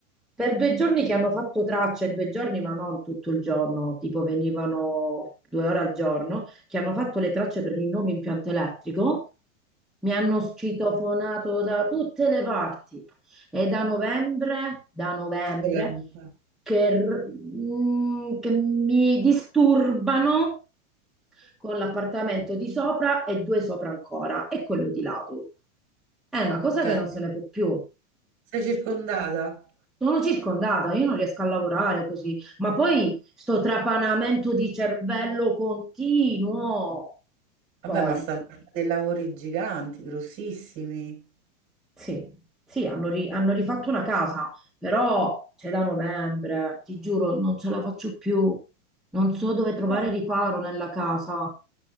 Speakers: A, in the centre; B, on the right.
A: per due giorni che hanno fatto tracce, due giorni ma non tutto il giorno, tipo venivano due ore al giorno, che hanno fatto le tracce per il nuovo impianto elettrico, mi hanno citofonato da tutte le parti. E da novembre, da novembre,
B: Sì, con l'amica.
A: che, r- mm, che mi disturbano con l'appartamento di sopra e due sopra ancora, e quello di lato. È una cosa
B: cioè
A: che non se ne può più.
B: sei circondata?
A: Sono circondata, io non riesco a lavorare così, ma poi sto trapanamento di cervello continuo.
B: Vabbè,
A: Poi,
B: ma stanno a fare dei lavori giganti, grossissimi.
A: sì, sì, hanno, ri- hanno rifatto una casa, però c'è da novembre, ti giuro, non ce la faccio più. Non so dove trovare
B: No,
A: riparo nella casa.